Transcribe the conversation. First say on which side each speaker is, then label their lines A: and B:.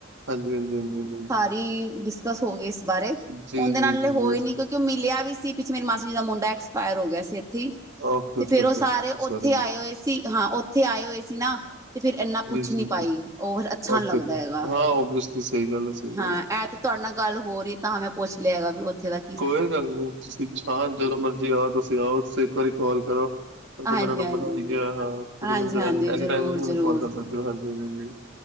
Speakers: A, on the right; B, on the right.
A: ਹਾਂਜੀ- ਹਾਂਜੀ, ਹਾਂਜੀ -।
B: ਬਿ ਡਿਸਕਸ ਹੋ ਗਈ ਇਸ ਬਾਰੇ
A: ਜੀ
B: ਉਹਦੇ
A: ਜੀ
B: ਨਾਲ
A: ਜੀ
B: ਹੋਈ
A: ਜੀ
B: ਨੀ ਕੁ ਕਿਉਂ ਮਿਲਿਆ ਵੀ ਸੀ ਪਿੱਛੇ ਮੇਰੇ ਮਾਸੀ ਜੀ ਦਾ ਮੁੰਡਾ ਐਕਸਪਾਇਰ ਹੋ ਗਿਆ ਸੀ ਇੱਥੇ
A: ਓਕੇ
B: ਤੇ
A: ਓਕੇ
B: ਫੇਰ
A: ਓਕੇ
B: ਉਹ ਸਾਰੇ ਉੱਥੇ
A: ਸੋਰੀ
B: ਆਏ ਹੋਏ ਸੀ ਹਾਂ ਉੱਥੇ ਆਏ ਹੋਏ ਸੀ ਨਾ ਤੇ ਫੇਰ ਇਨਾ
A: ਜੀ,
B: ਪੁਛ
A: ਜੀ,
B: ਨੀ
A: ਜੀ।
B: ਪਾਈ ਉਹ ਫਿਰ ਅੱਛਾ
A: ਓਕੇ
B: ਨੀ ਲੱਗਦਾ
A: ਜੀ,
B: ਹੈਗਾ
A: ਹਾਂ ਓਬਵੀਅਸਲੀ ਸਹੀ ਗੱਲ ਹੈ, ਸਹੀ
B: ਹਾਂ
A: ਗੱਲ ਹੈ।
B: ਐ ਤੇ ਤੁਹਾਡੇ ਨਾਲ ਗੱਲ ਹੋ ਰਹੀ ਤਾਂ ਮੈਂ ਪੁੱਛ ਲਿਆ ਹੈਗਾ ਵੀ ਉੱਥੇ ਤ
A: ਕੋਈ ਗੱਲ ਨਹੀਂ ਤੁਸੀਂ ਸ਼ ਜਦੋਂ ਮਰਜੀ ਆਓ ਤੁਸੀਂ ਆਓ ਤੁਸੀ ਇੱਕ ਵਾਰੀ ਕਾਲ ਕਰੋ। ਤੇਰੇ ਕੋਲ
B: ਹਾਂਜੀ
A: ਮੇਰਾ ਨੰਬਰ
B: ਹਾਂਜੀ
A: ਆ ਈ ਗਿਆ ਹਾਂ ਤੁਸੀਂ
B: ਹਾਂਜੀ
A: ਮੈਨੂੰ
B: ਹਾਂਜੀ
A: ਇੱਕ
B: ਜ਼ਰੂਰ
A: ਟਾਈਮ
B: ਜ਼ਰੂਰ
A: ਕਾਲ ਕਰ ਸਕਦੇ। ਹਾਂਜੀ-ਹਾਂਜੀ,